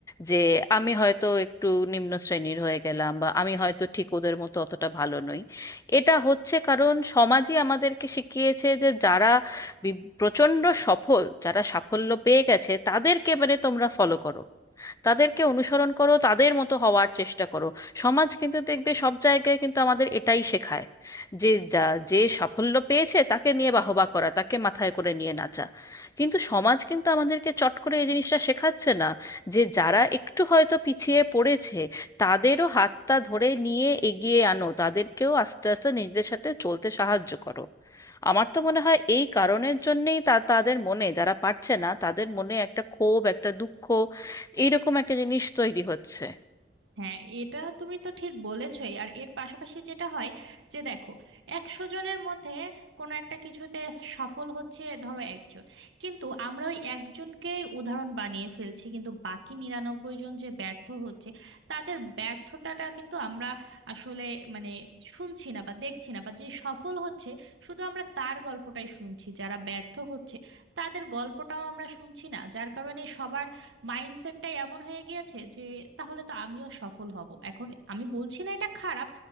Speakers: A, on the left; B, on the right.
A: যে আমি হয়তো একটু নিম্ন শ্রেণীর হয়ে গেলাম বা আমি হয়তো ঠিক ওদের মতো অতটা ভালো নই এটা হচ্ছে কারণ সমাজই আমাদেরকে শিখিয়েছে যে যারা বি- প্রচণ্ড সফল যারা সাফল্য পেয়ে গেছে তাদেরকে মানে তোমরা ফলো করো তাদেরকে অনুসরণ করো তাদের মতো হওয়ার চেষ্টা করো সমাজ কিন্তু দেখবে সব জায়গায় কিন্তু আমাদের এটাই শেখায় যে যা যে সাফল্য পেয়েছে তাকে নিয়ে বাহবা করা তাকে মাথায় করে নিয়ে নাচা কিন্তু সমাজ কিন্তু আমাদেরকে চট করে এই জিনিসটা শেখাচ্ছে না যে যারা একটু হয়তো পিছিয়ে পড়েছে তাদেরও হাতটা ধরে নিয়ে এগিয়ে আনো তাদেরকেও আস্তে আস্তে নিজেদের সাথে চলতে সাহায্য করো আমার তো মনে হয় এই কারণের জন্যেই তা তাদের মনে যারা পারছে না তাদের মনে একটা ক্ষোভ একটা দুঃখ এইরকম একটা জিনিস তৈরি হচ্ছে
B: হ্যাঁ এটা তুমি তো ঠিক বলেছই আর এর পাশাপাশি যেটা হয় যে দেখো একশো জনের মধ্যে কোনো একটা কিছুতে সফল হচ্ছে ধরো একজন কিন্তু আমরা ওই একজনকেই উদাহরণ বানিয়ে ফেলছি কিন্তু বাকি নিরানব্বই জন যে ব্যর্থ হচ্ছে তাদের ব্যর্থতাটা কিন্তু আমরা আসলে মানে শুনছি না বা দেখছি না বা যে সফল হচ্ছে শুধু আমরা তার গল্পটাই শুনছি যারা ব্যর্থ হচ্ছে তাদের গল্পটাও আমরা শুনছি না যার কারণে সবার মাইন্ডসেটটাই এমন হয়ে গিয়েছে যে তাহলে তো আমিও সফল হব এখন আমি বলছি না এটা খারাপ